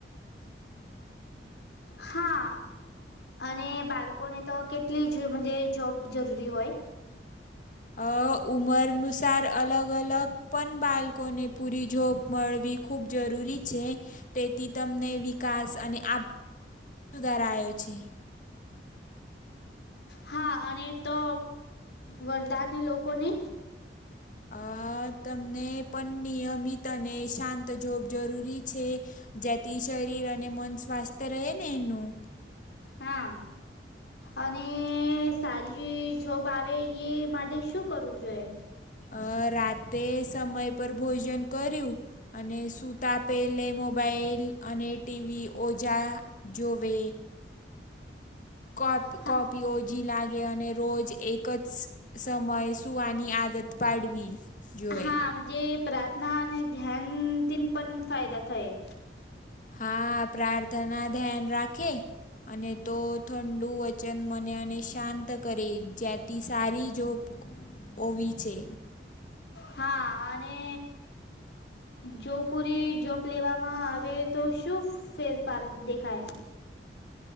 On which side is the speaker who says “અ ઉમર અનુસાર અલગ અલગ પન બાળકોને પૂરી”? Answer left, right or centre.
Left